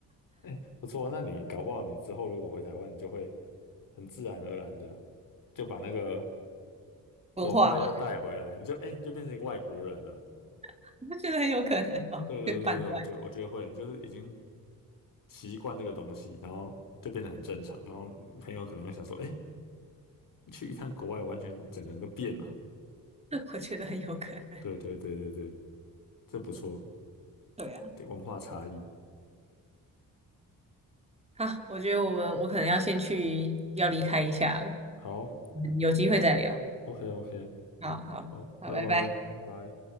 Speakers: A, on the left; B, on the right.
A: 哎，不错啊。那你搞不好你之后如果回台湾，你就会很自然而然的就把那个文化又带回来，
B: 文化吗？
A: 你就哎，你就变成一个外国人了。
B: <laughs> 我觉得很有可能哦，
A: 对对对对，
B: 越办过
A: 我觉得我觉得会，就是已经习惯这个东西，然后就变得很正常。然后朋友可能会想说，哎，去一趟国外，完全整个人都变了。
B: 我觉得很有可能。
A: 对对对对对，这不错，
B: 对啊。
A: 文化差异。
B: <laughs> 好，我觉得我们我可能要先去要离开一下了，嗯
A: 好
B: 有机会再聊。
A: ，OK OK，
B: 好好好，
A: 好，拜拜拜拜。
B: 拜拜。